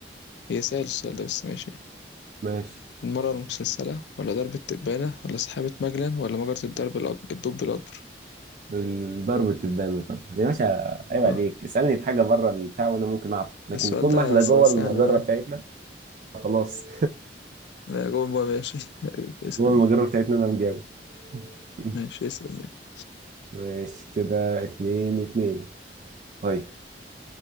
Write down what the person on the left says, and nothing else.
هي سهل السؤال ده بس ماشي
المرة المسلسلة ولا درب التبانة ولا سحابة مجلن ولا مجرة الدرب الأك... الدب الأكبر
صح
السؤال
ده
س-
سهل
أنا
أنا جوه الماء ماشي <laughs>
اسأل
ماشي اسأل ماشي